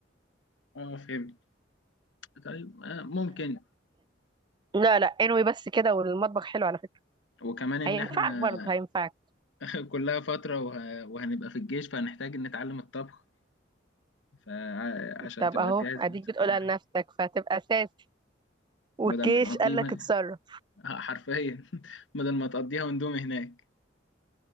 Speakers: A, on the left (about 75°); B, on the right (about 25°).
A: اه فهمت طيب آه ممكن
B: لا لا انوي بس كده والمطبخ حلو على فكرة
A: وكمان ان
B: هينفعك
A: احنا
B: برضه هينفعك
A: <laughs> كلها فتره وه... وهنبقى في الجيش فهنحتاج نتعلم الطبخ فعشان
B: طب
A: تبقى
B: اهو
A: تجهز
B: اديك
A: نفسك
B: بتقولها
A: أي حاجة.
B: لنفسك فهتبقى اساسي والجيش
A: بدل ما نقضيه
B: قال لك اتصرف
A: آه، حرفيا <laughs> بدل ما تقضيها وندومي هناك